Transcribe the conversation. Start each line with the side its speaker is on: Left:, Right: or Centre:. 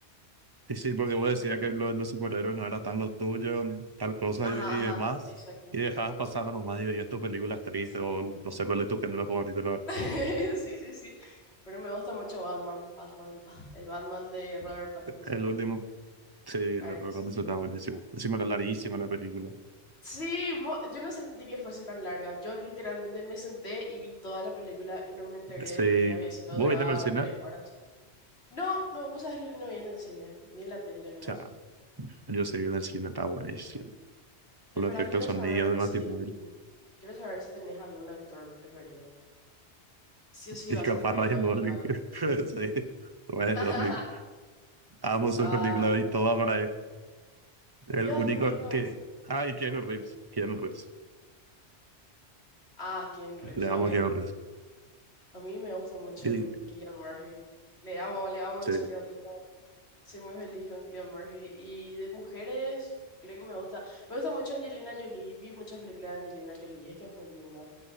Right: Sí, sí, porque vos decías que los, los superhéroes no eran tan los tuyos, tal cosa
Left: Ajá,
Right: y, y
Left: ajá,
Right: demás,
Left: exacto,
Right: y dejabas pasando nomás y veías tus películas tristes,
Left: sí.
Right: o no sé cuál es tu género favorito, la verdad.
Left: <laughs> Sí, sí, sí. Pero me gusta mucho Batman, Batman, ah, el Batman de Robert Pattinson,
Right: El último, sí, el
Left: claro
Right: recuerdo
Left: que sí.
Right: está buenísimo. Encima era larguísima la película.
Left: Sí, bo- yo no sentí que fuese tan larga. Yo literalmente me senté y vi toda la película y no me enteré
Right: Sí,
Left: de que había sido
Right: vos
Left: duraba
Right: viste en el cine,
Left: tres
Right: o
Left: horas. No, no, vos sabés que no vi en el cine, vi en la tele nomás.
Right: sea, yo sé que en el cine está buenísimo. Con
Left: Es
Right: los
Left: verdad,
Right: efectos
Left: quiero
Right: sonidos
Left: saber
Right: de Batimóvil,
Left: si, quiero saber si tenés algún actor preferido. Sí o sí
Right: y
Left: va
Right: capaz
Left: a ser Ryan
Right: Ryan
Left: Gosling
Right: Gosling,
Left: o alguien
Right: <laughs>
Left: así.
Right: sí, Ryan
Left: <laughs>
Right: Gosling. Amo su
Left: Ah,
Right: película y toda para él. El
Left: Dios
Right: único
Left: mío.
Right: que. Ah, y Keanu Reeves, Keanu Reeves.
Left: Ah, Keanu Reeves,
Right: Le vamos
Left: obvio.
Right: a quedar.
Left: A mí me gusta mucho
Right: Sí,
Left: Killian Murphy. Le amo, le amo
Right: sí,
Left: en serio, tipo, soy muy feliz con Killian Murphy. Y de mujeres, creo que me gusta, me gusta mucho Angelina Jolie. Vi muchas películas de Angelina Jolie, es que es muy linda.